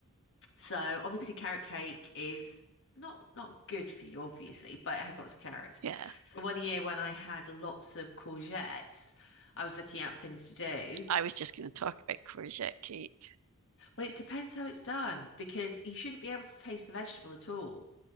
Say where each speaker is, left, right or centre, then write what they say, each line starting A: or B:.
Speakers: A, on the left (about 60°); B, on the right (about 75°).
A: So obviously carrot cake is not not good for you, obviously, but it has lots of carrots.
B: Yeah.
A: So one year when I had lots of courgettes, I was looking at things to do.
B: I was just going to talk about courgette cake.
A: Well, it depends how it's done because you shouldn't be able to taste the vegetable at all.